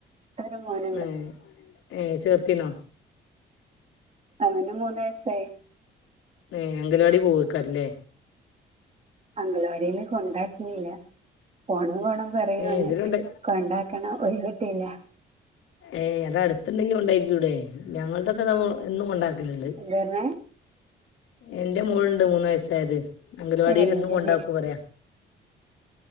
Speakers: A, on the right; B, on the left.
A: ഒരു മോൻ
B: ഏ ഏയ് ചേർത്തിനോ
A: അവന് മൂന്ന് വയസായി
B: ഏ അങ്കൽവാടി പോവക്കാറല്ലേ
A: അംഗലവാടിൽ കൊണ്ടാക്കിയില്ല പോണം പോണം പറയു
B: ഏ
A: ഓന്
B: ഇതിലുണ്ട്
A: കൊണ്ടാക്കണം ഒഴിവ് കിട്ടില്ല
B: ഏയ് അത് അടുത്തണ്ടെങ്കി കൊണ്ടക്കൂടെ ഞങ്ങളതൊക്കെ ഇത എന്നും കൊണ്ടാക്കലണ്ട്
A: എന്താർഞെ
B: എന്റെ മോളുണ്ട് മൂന്ന് വയസ്സായത് അംഗൽവാടിയിൽ
A: റേഞ്ചിന്റെ
B: എന്നും കൊണ്ടാക്കൂ പറയാ